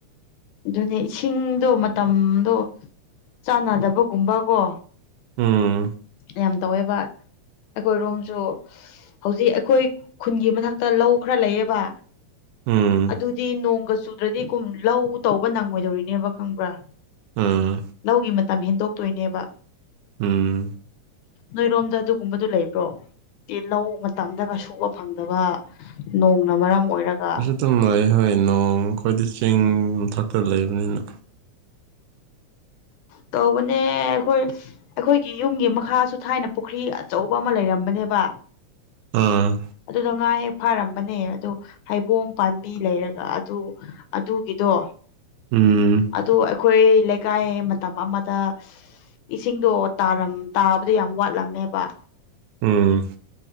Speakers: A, on the left; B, on the right.
A: ꯑꯗꯨꯅꯦ ꯏꯁꯤꯡꯗꯣ ꯃꯇꯝꯗꯣ ꯆꯥꯟꯅꯗꯕꯒꯨꯝꯕꯀꯣ
B: ꯎꯝ
A: ꯌꯥꯝ ꯇꯧꯋꯦꯕ ꯑꯩꯈꯣꯏꯔꯣꯝꯁꯨ ꯍꯧꯖꯤꯛ ꯑꯩꯈꯣꯏ ꯈꯨꯟꯒꯤ ꯃꯊꯛꯇ ꯂꯧ ꯈꯔ ꯂꯩꯌꯦꯕ
B: ꯎꯝ
A: ꯑꯗꯨꯗꯤ ꯅꯣꯡꯒ ꯆꯨꯗ꯭ꯔꯗꯤ ꯀꯨꯝ ꯂꯧ ꯇꯧꯕ ꯅꯪꯉꯣꯏꯗꯧꯔꯤꯅꯦꯕ ꯈꯪꯕ꯭ꯔꯥ
B: ꯎꯝ
A: ꯂꯧꯒꯤ ꯃꯇꯝ ꯍꯦꯟꯗꯣꯛꯇꯣꯏꯅꯦꯕ
B: ꯎꯝ
A: ꯅꯣꯏꯔꯣꯝꯗ ꯑꯗꯨꯒꯨꯝꯕꯗꯨ ꯂꯩꯕ꯭ꯔꯣ ꯇꯤ ꯂꯧ ꯃꯇꯝꯗꯒ ꯁꯨꯕ ꯐꯪꯗꯕ ꯅꯣꯡꯅ ꯃꯔꯝ ꯑꯣꯏꯔꯒ
B: ꯑꯇꯨꯝꯕꯩ ꯍꯣꯏ ꯅꯣꯡ ꯑꯩꯈꯣꯏꯗꯤ ꯆꯤꯡ ꯃꯊꯛꯇ ꯂꯩꯕꯅꯤꯅ
A: ꯇꯧꯕꯅꯦ ꯑꯩꯈꯣꯏ ꯑꯩꯈꯣꯏꯒꯤ ꯌꯨꯝꯒꯤ ꯃꯈꯥꯁꯨ ꯊꯥꯏꯅ ꯄꯨꯈ꯭ꯔꯤ ꯑꯆꯧꯕ ꯑꯃ ꯂꯩꯔꯝꯕꯅꯦꯕꯥ
B: ꯑꯥ
A: ꯑꯗꯨꯗ ꯉꯥ ꯍꯦꯛ ꯐꯥꯔꯝꯕꯅꯦ ꯑꯗꯨ ꯍꯩꯕꯣꯡ ꯄꯥꯟꯕꯤ ꯂꯩꯔꯒ ꯑꯗꯨ ꯑꯗꯨꯒꯤꯗꯣ
B: ꯎꯝ
A: ꯑꯗꯨ ꯑꯩꯈꯣꯏ ꯂꯩꯀꯥꯏ ꯃꯇꯝ ꯑꯃꯗ ꯏꯁꯤꯡꯗꯣ ꯇꯥꯔꯝ ꯇꯥꯕꯗ ꯌꯥꯝ ꯋꯥꯠꯂꯝꯃꯦꯕ
B: ꯎꯝ